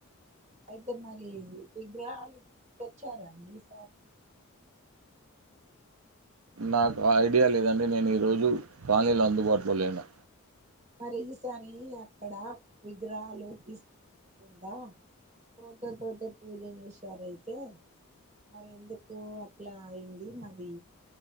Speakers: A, on the right; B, on the right.
A: అయితే మరి విగ్రహాలు తెచ్చారాండి ఈసారి
B: నాకు ఐడియా లేదండి నేను ఈరోజు కాలనీలో అందుబాటులో లేను
A: మరి ఈ సారి అక్కడ విగ్రహాలు కాకుండా ఫోటో తోటే పూజ చేశారయితే మరి ఎందుకు అట్లా అయింది మరి